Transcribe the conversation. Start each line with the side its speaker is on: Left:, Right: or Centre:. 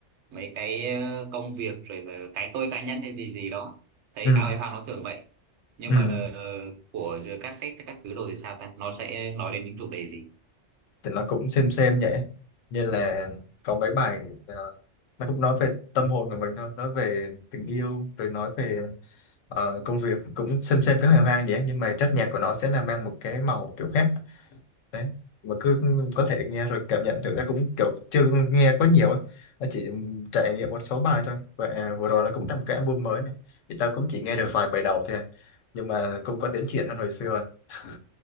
Right: mấy cái ờ, công việc rồi là cái tôi cá nhân hay gì gì đó thấy
Left: Ừ,
Right: Cá Hồi Hoàng nó thường vậy nhưng
Left: ừ,
Right: mà ờ, của giữa cassette các thứ đồ thì sao ta nó sẽ nói đến những chủ đề gì
Left: thì nó cũng xem xem vậy như là có mấy bài à, nó cũng nói về tâm hồn của mình thôi nói về tình yêu rồi nói về ờ, công việc cũng xem xem cái hài hoang vậy nhưng mà chất nhạc của nó sẽ là mang một cái màu kiểu khác đấy mà cứ có thể nghe rồi cảm nhận thử ta cũng kiểu chưa nghe có nhiều ấy nó chỉ trải nghiệm một số bài thôi và à, vừa rồi nó cũng ra một cái album mới này thì tao cũng chỉ nghe được vài bài đầu thôi à. nhưng mà cũng có tiến triển hơn hồi xưa <laughs>